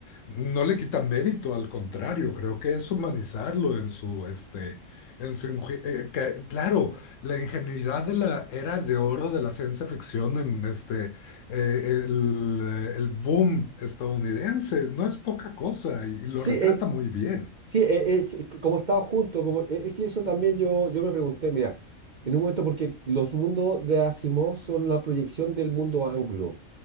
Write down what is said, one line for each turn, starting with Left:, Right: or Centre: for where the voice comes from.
Left: No le quita mérito, al contrario, creo que es humanizarlo en su, este, en su, inju- eh, que- claro. La ingenuidad de la era de oro de la ciencia ficción en este, eh, el, el boom estadounidense no es poca cosa y, y lo
Right: sí,
Left: retrata
Right: eh,
Left: muy bien.
Right: sí, eh, eh, sí, est- como estaba junto, como eh, eh, sí, eso también yo, yo me pregunté, mira, en un momento porque los mundos de Asimov son la proyección del mundo anglo,